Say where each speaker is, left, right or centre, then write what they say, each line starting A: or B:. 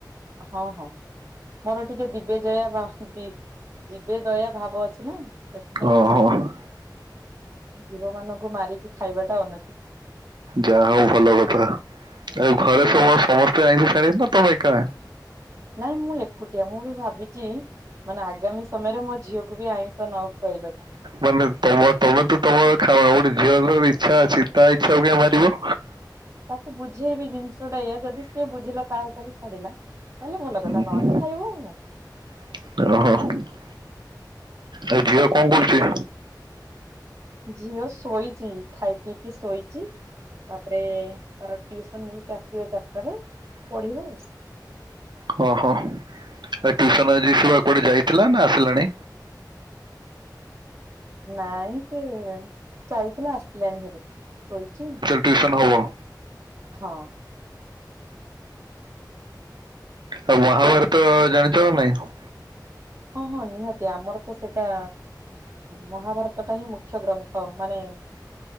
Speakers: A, on the right; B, on the right.
A: ହଁ ହଁ। ମୋର ଟିକେ ଦିବେ ଜୟା ଭା ଦି ଜୀବେ ଦୟା ଭାବ ଅଛି ନା ସେଥିପାଇଁ
B: ଓହୋ।
A: ମୁଁ ଛାଡି ଦେଇଚି। ଜୀବ ମାନଙ୍କୁ ମାରିକି ଖାଇବାଟା ଅନୁଚିତ।
B: ଯାହା ହଉ ଭଲକଥା। ଆଉ ଘରେ
A: ହଁ
B: ସମ ସମ <unintelligible> ତମେ ଏକା?
A: ନାଇଁ ମୁଁ ଏକୁଟିଆ। ମୁଁ ବି ଭାବିଚି ମାନେ ଆଗାମୀ ସମୟରେ ମୋ ଝିଅକୁ ତାକୁ ବି ଆଇଁଷ ନ ଖୁଆଇବାକୁ।
B: ମାନେ ତମ ତମେ ତ ତମର ଖାଉନ, ଗୋଟେ ଝିଅର ଇଚ୍ଛା ଅଛି ତା ଇଚ୍ଛାକୁ କାଇଁ ମାରିବ।
A: ତାକୁ ବୁଝେଇବି ଜିନିଷ ଟା ଏଇୟା। ଯଦି ସିଏ ବୁଝିଲା ତା ହିସାବରେ ଛାଡିଲା ତାହେଲେ ଭଲ
B: ଉଁ
A: କଥା ନହେଲେ
B: ହୁଁ
A: ଖାଇବ ଆଉ କଣ।
B: <unintelligible> ଆଉ ଝିଅ କଣ କରୁଚି?
A: ଝିଅ ଶୋଇଚି। ଖାଇ ପିଇକି ଶୋଇଚି। ତାପରେ ତାର ଟିଉସନ୍ ମିସ୍ ଆସିବେ ଚାରିଟାରେ ପଢିବ ଆଉ।
B: ହଁ, ହଁ। ଆଉ ଟିଉସନ୍ ଆଜି ସେ କୁଆଡେ ଯାଇଥିଲା ନା ଆସିଲାଣି?
A: <inaudible> ନାଇଁ ସେ ଯାଇଥିଲା ଆସିିଲାଣି ହାରି। ଶୋଇଚି।
B: ଟିଉସନ ହବ?
A: ହଁ।
B: ଆଉ
A: ହଁ
B: ମହାଭାରତ ଜାଣିଚ ନା ନାଇଁ?
A: ହଁ ହଁ ନିହାତି ଆମର ତ ସେଇଟା ମହାଭାରତ ଟା ହିଁ ମୁଖ୍ୟ ଗ୍ରନ୍ଥ ମାନେ